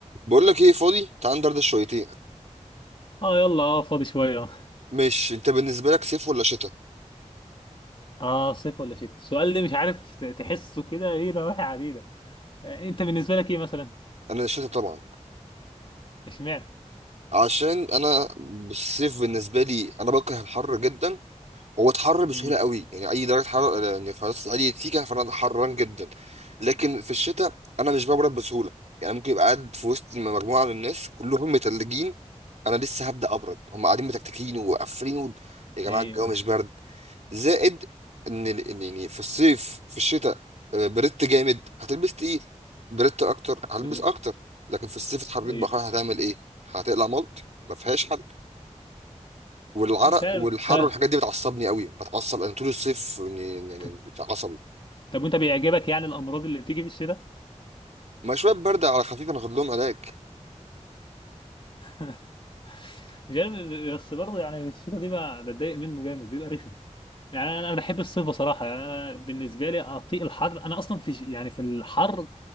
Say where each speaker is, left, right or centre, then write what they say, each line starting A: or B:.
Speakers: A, on the right (about 65°); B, on the left (about 45°).
A: بقول لك ايه فاضي تعال ندردش شويتين
B: اه يلا اه فاضي شويه اه
A: مش انت بالنسبه لك صيف ولا شتاء
B: آه، صيف ولا شتاء السؤال ده مش عارف ت- تحسه كده ايه نواحي عديده يعني انت بالنسبه لك ايه مثلا
A: انا شتاء طبعا
B: اشمعنى
A: عشان انا الصيف بالنسبه لي انا بكره الحر جدا هو اتحر بسهوله
B: امم
A: قوي يعني اي درجه حراره يعني خلاص اي سيكه فانا حران جدا لكن في الشتاء انا مش ببرد بسهوله يعني ممكن يبقى قاعد في وسط مجموعه من الناس كلهم متلجين انا لسه هبدا ابرد هم قاعدين متكتكين وقافلين و... يا جماعه
B: ايوه
A: الجو مش برد زائد ان ال- إن يعني في الصيف في الشتاء آه، بردت جامد هتلبس تقيل بردت اكتر هلبس
B: <laughs> بالظبط.
A: اكتر لكن في الصيف اتحررت
B: ايوه
A: بقى هتعمل ايه هتقلع ملط ما فيهاش حل والعرق
B: مش عارف
A: والحر
B: طب
A: والحاجات دي بتعصبني قوي بتعصب انا طول الصيف إني- إني- إني
B: طب
A: عصبي
B: طب وانت بيعجبك يعني الامراض اللي بتيجي في الشتاء
A: ما شويه برد على خفيف انا اخد لهم علاج
B: <laughs> مش عارف بس برضه يعني الشتاء دي بقى بتضايق منه جامد بيبقى رخم يعني انا انا بحب الصيف بصراحه يعني انا بالنسبه لي اطيق الحر انا اصلا في ش- يعني في الحر